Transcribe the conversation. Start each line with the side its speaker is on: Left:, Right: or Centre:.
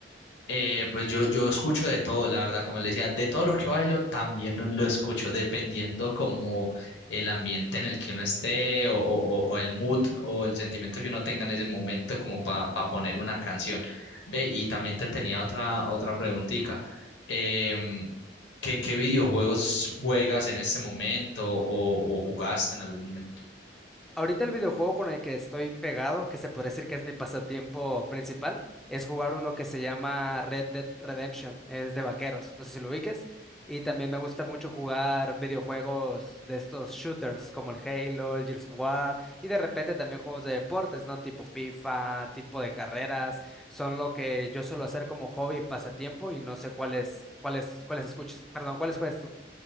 Left: Eh, pues yo, yo escucho de todo, la verdad, como le decía, de todo lo que bailo también lo lo escucho, dependiendo como el ambiente en el que uno esté o, o- o el mood o el sentimiento que uno tenga en ese momento como para poner una canción. Ve, y también te tenía otra, otra preguntita. em, ¿qué, qué videojuegos juegas en este momento o, o jugaste en algún momento?
Centre: Ahorita el videojuego con el que estoy pegado, que se podría decir que es mi pasatiempo principal, es jugar uno que se llama Red Dead Redemption, es de vaqueros, no sé si lo ubiques, y también me gusta mucho jugar videojuegos de estos shooters como el Halo, el Gears of War, y de repente también juegos de deportes, ¿no? Tipo FIFA, tipo de carreras, son lo que yo suelo hacer como hobby y pasatiempo, y no sé cuáles, cuáles, cuáles escuches, perdón, cuáles juegas